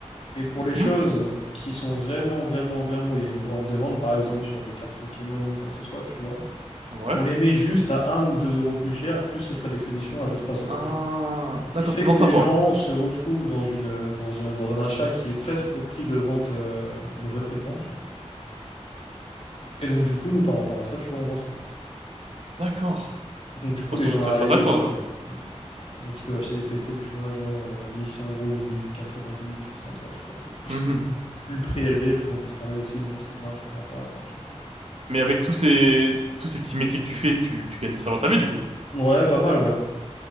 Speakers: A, on the left (about 60°); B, on the right (about 60°).
A: Et pour
B: Mhm.
A: les choses qui sont vraiment, vraiment, vraiment, il y a une grande demande, par exemple sur des cartes Pokémon ou quoi que ce soit, tu vois,
B: Ouais.
A: on les met juste à un ou 2 euros plus cher, plus les frais d'expédition à deux trois euros,
B: Ah,
A: tu vois.
B: d'accord,
A: Ce qui fait
B: t'es
A: que
B: dans ça,
A: les
B: toi.
A: gens se retrouvent dans une, euh, dans un, dans un achat qui est presque au prix de vente, euh, le vrai prix de vente, tu vois. Et donc, du coup, nous, par rapport à ça, tu vois, on vend ça.
B: D'accord.
A: Donc, du coup,
B: Oh,
A: les
B: c'est
A: gens
B: c'est-
A: arrivent.
B: c'est intéressant, déjà.
A: euh, Donc, ils peuvent acheter des PC, tu vois, genre euh, à 1100 euros au lieu de 1090, des choses comme ça, tu vois. Pour plus,
B: Mhm.
A: plus, plus le prix est élevé, plus on, on se permet aussi de mettre une marge par rapport à ça, tu
B: Mais avec tous ces, tous ces petits métiers que tu fais, tu, tu gagnes très bien ta vie, du coup.
A: vois. Ouais, pas mal, ouais.